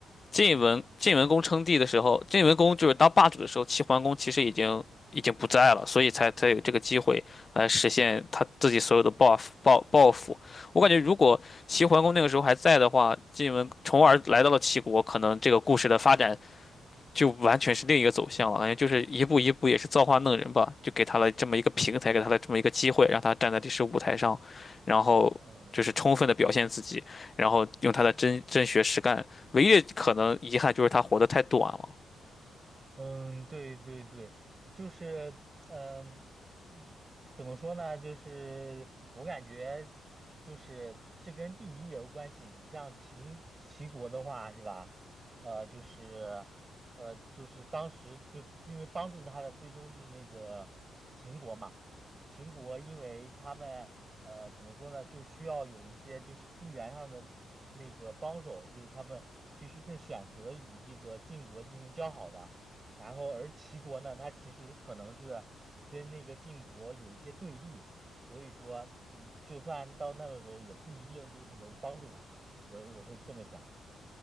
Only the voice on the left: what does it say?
晋文晋文公称帝的时候，晋文公就是当霸主的时候，齐桓公其实已经已经不在了，所以才才有这个机会来实现他自己所有的报复报报复。我感觉如果齐桓公那个时候还在的话，晋文从而来到了齐国，可能这个故事的发展就完全是另一个走向了，感觉就是一步一步也是造化弄人吧，就给他了这么一个平台，给他了这么一个机会，让他站在历史舞台上，然后就是充分的表现自己，
然后用他的真真学实干。
唯一的可能遗憾就是他活得太短了。